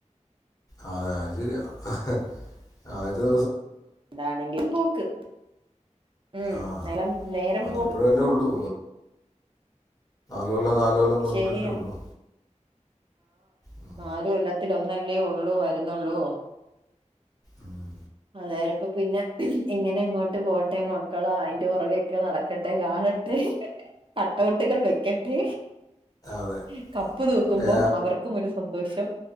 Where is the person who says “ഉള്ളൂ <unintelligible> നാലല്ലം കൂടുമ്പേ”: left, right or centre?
Left